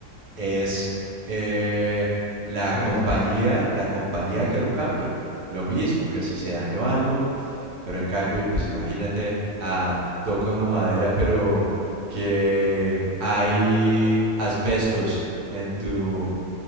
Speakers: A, on the right (about 85°); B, on the left (about 55°).
A: es eh, la
B: es
A: compañía,
B: que te lo cambia.
A: la compañía que lo cambia. Lo mismo que si se dañó algo, pero en cambio, pues imagínate, ah, toca una madera, pero que hay asbestos en tu,